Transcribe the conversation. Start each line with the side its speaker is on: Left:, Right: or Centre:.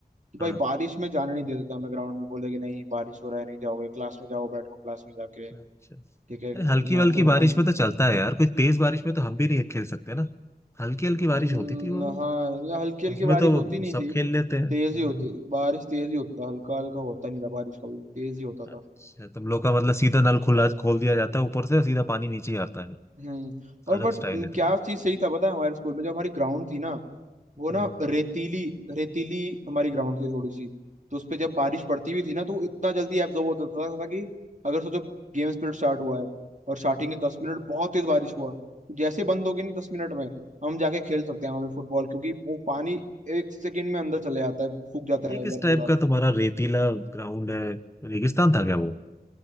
Right: तो
Left: हाँ
Right: भाई बारिश में जाने नहीं देते थे हमें ग्राउंड में बोले कि नहीं बारिश हो रहा है नहीं जाओगे क्लास में जाओ बैठो क्लास में जाके
Left: अच्छा
Right: ठीक है
Left: अरे हल्की
Right: यहाँ
Left: हल्की
Right: फिर
Left: बारिश
Right: अं-
Left: में तो चलता है यार कोई तेज बारिश में तो हम भी नहीं खेल सकते ना हल्की हल्की
Right: हम्म,
Left: बारिश होती थी वो
Right: हाँ या हल्की हल्की
Left: उसमें
Right: बारिश
Left: तो
Right: होती नहीं
Left: सब
Right: थी
Left: खेल लेते हैं हम्म,
Right: तेज ही होती बारिश तेज ही होता था हल्का हल्का होता नहीं था बारिश कभी भी तेज ही होता था
Left: अच्छा तुम लोग का मतलब सीधा नल खुला खोल दिया जाता है ऊपर से और सीधा पानी नीचे ही आता है
Right: हम्म और
Left: अलग
Right: बट
Left: स्टाइल
Right: हम्म,
Left: है
Right: क्या
Left: थोड़ा
Right: चीज सही था पता है हमारे स्कूल में जो हमारी ग्राउंड थी ना वो ना
Left: हम्म
Right: रेतीली रेतीली हमारी ग्राउंड थी थोड़ी सी तो उस पे जब बारिश पड़ती भी थी ना तो वो इतना जल्दी एब्जॉर्ब हो जाता था कि अगर सोचो गेम पीरियड स्टार्ट हुआ है और स्टार्टिंग के दस मिनट बहुत तेज बारिश हुआ जैसे बंद होगी ना दस मिनट में हम जाके खेल सकते हैं वहां पे फुटबॉल क्योंकि वो पानी एक सेकेंड में अंदर चले जाता है सूख जाता
Left: ये
Right: है
Left: किस
Right: उधर
Left: टाइप
Right: पूरा
Left: का तुम्हारा रेतीला ग्राउंड है रेगिस्तान था क्या वो